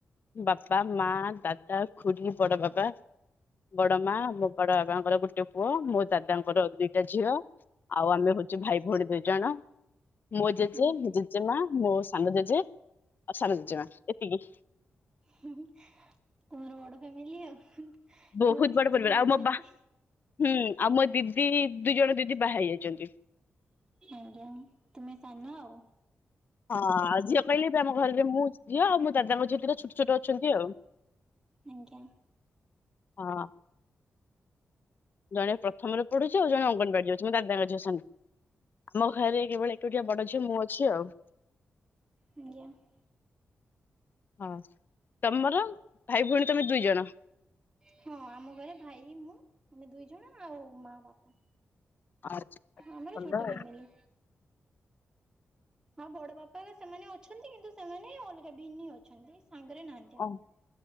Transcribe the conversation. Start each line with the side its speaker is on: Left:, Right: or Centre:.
Left: ବାପା, ମା, ଦାଦା, ଖୁୁଢୀ, ବଡ ବାପା ବଡ ମା, ମୋ ବଡ ବାବାଙ୍କର ଗୋଟେ ପୁଅ, ମୋ ଦାଦାଙ୍କର ଦି ଗୋଟେ ଝିଅ, ଆଉ ଆମେ ହଉଛୁ ଭାଇ ଭଉଣୀ ଦୁଇ ଜଣ, ମୋ ଜେଜେ,
Right: ଆଜ୍ଞା
Left: ଜେ ଜେମା, ମୋ ସାନ ଜେଜେ ଆଉ ସାନ ଜେଜେମା ଏତିକି।
Right: ହୁଁ, ହୁଁ, ତମର ବଡ ଫ୍ୟାମିଲି ଆଉ, ତୁମର
Left: ବହୁତ ବଡ
Right: ଜେଜେମା
Left: ପରିବାର ଆଉ
Right: ଅଛନ୍ତି।
Left: ମୋ ବା ହୁଁ, ଆଉ ମୋ ଦିଦି ଦୁଇ ଜଣ ଦିଦି ବାହା ହେଇ ଯାଇଛନ୍ତି।
Right: ଆଜ୍ଞା, ତୁମେ ସାନ ଆଉ।
Left: ହଁ, ଝିଅ କହିଲେ ଏବେ ଆମ ଘରେ ମୁଁ ଝିଅ ଆଉ ମୋ ଦାଦାଙ୍କ ଝିଅ ଦିଟା ଛୋଟ ଛୋଟ ଅଛନ୍ତି ଆଉ।
Right: ଆଜ୍ଞା।
Left: ହଁ। ଜଣେ ପ୍ରଥମରେ ପଢୁଛି, ଆଉ ଜଣେ ଅଙ୍ଗନବାଡି ଯାଉଛି ମୋ ଦାଦାଙ୍କ ଝିଅ ସାନ। ଆମ ଘରେ କେବଳ ଏକୁଟିଆ ବଡ ଝିଅ ମୁଁ ଅଛି ଆଉ।
Right: ଆଜ୍ଞା।
Left: ହଁ ତମର, ଭାଇ ଭଉଣୀ ତମେ ଦୁଇ ଜଣ?
Right: ହଁ, ଆମ ଘରେ ଭାଇ, ମୁଁ ଆମେ ଦୁଇ ଜଣ ଆଉ ମା, ବାପା।
Left: <unintelligible>
Right: ଆମର
Left: ଭଲ
Right: ଛୋଟ
Left: ଆଉ
Right: ଫ୍ୟାମିଲି। ହଁ, ବଡ ବାପା ସେମାନେ ଅଛନ୍ତି କିନ୍ତୁ ସେମାନେ ଅଲଗା ଭିନ୍ନି ଅଛନ୍ତି, ସାଙ୍ଗେରେ ନାହାନ୍ତି ଆମର।
Left: ଓ